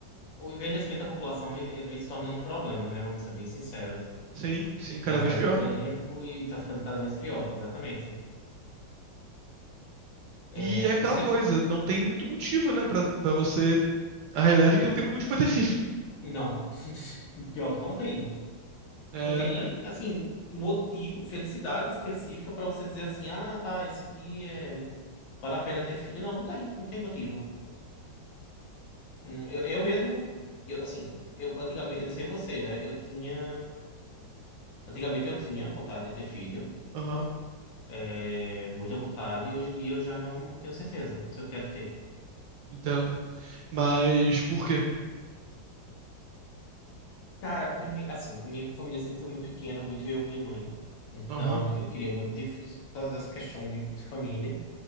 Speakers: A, on the left; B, on the right.
A: O envelhecimento da população vem- ele vem se tornando um problema, né? Vamos ser bem sinceros.
B: Sim, sim, cada
A: Já faz
B: vez pior.
A: um tempo e tá ficando cada vez pior, exatamente. É,
B: E é aquela
A: você.
B: coisa, não tem muito motivo, né, pra, pra você. A realidade é que não tem muito motivo pra ter filho.
A: Não. <laughs> Pior que não tem.
B: É,
A: Não tem nem,
B: é,
A: assim, motivo, felicidade específica pra você dizer assim, ah, tá, isso aqui é... vale a pena ter filho. Não, não tem, não tem motivo. Hum, eu, eu mesmo, eu, assim, eu antigamente, eu não sei você, né? Eu tinha, antigamente eu tinha vontade de ter filho,
B: aham,
A: é, muita vontade, e hoje em dia eu já não tenho certeza se eu quero ter.
B: entendo. Mas por quê?
A: Cara, prime... assim, minha família sempre foi muito pequena, muito eu e minha mãe. Então,
B: Aham.
A: eu queria muito ter filhos por causa dessa questão de família.